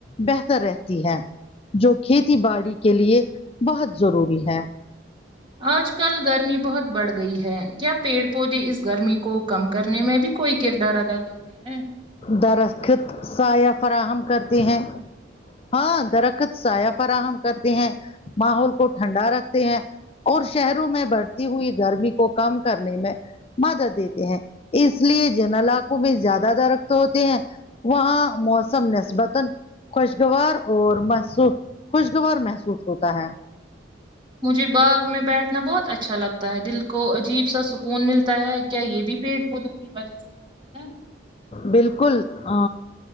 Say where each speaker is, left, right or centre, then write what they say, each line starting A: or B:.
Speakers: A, on the left; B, on the right.
A: بہتر رہتی ہے جو کھیتی باڑی کے لیے بہت ضروری ہے
B: آج کل گرمی بہت بڑھ گئی ہے کیا پیڑ پودے اس گرمی کو کم کرنے میں بھی کوئی کردار ادا کرتے ہیں
A: درخت سایہ فراہم کرتی ہیں ہاں درخت سایہ فراہم کرتے ہیں ماحول کو ٹھنڈا رکھتے ہیں اور شہروں میں بڑھتی ہوئی گرمی کو کم کرنے میں مدد دیتے ہیں اس لیے جن علاقوں میں زیادہ درخت ہوتے ہیں وہاں موسم نسبتن خوشگوار اور محسو خوشگوار محسوس ہوتا ہے
B: مجھے باغ میں بیٹھنا بہت اچھا لگتا تا ہے دل کو عجیب سا سکون ملتا ہے کیا یہ بھی پیڑ پودوں کی وجہ سے ہوتا ہے
A: بالکل ا